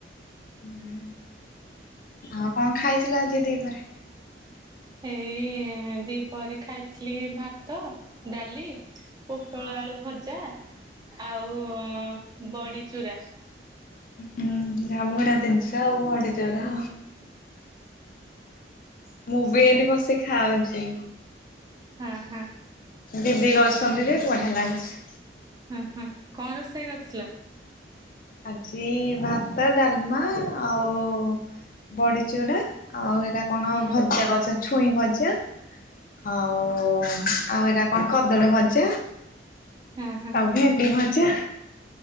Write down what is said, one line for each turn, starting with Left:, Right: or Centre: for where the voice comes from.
Left: ହୁଁ ଆଉ କଣ ଖାଇଥିଲ ଆଜି ଦିପହରେ?
Right: ଏଇ ଦି ପରେ ଖାଇଥିଲି ଭାତ ଡାଲି, ପୋଟଳ
Left: ହଁ
Right: ଆଳୁ ଭଜା ଆଉ ବଡି ଚୁରା।
Left: ହୁଁ ହୁଁ! ବଢିଆ ଜିନିଷ ଆଉ ବଡି ଚୁରା।
Right: <inaudible> ବସ
Left: ମୁଁ ବି ଏଇଠି
Right: ବସ
Left: ବସି ଖାଉଛି।
Right: ହଁ ହଁ।
Left: ଦିଦି କରିଛନ୍ତି ଯେ ବଢିଆ ଲାଗୁଛି।
Right: ହଁ ହଁ କଣ ରୋଷେଇ କରିଥିଲ?
Left: ଆଜି ଭାତ, ଡାଲମା ଆଉ ବଡି ଚୁରା ଆଉ ଏଇଟା କଣ
Right: ହୁଁ
Left: ଭଜା କଛନ୍ତି ଛୁଇଁ ଭଜା ଆଉ ଆଉ ଏଇଟା କଣ କଦଳୀ ଭଜା।
Right: ହଁ ହଁ।
Left: ଆଉ ଭେଣ୍ତି ଭଜା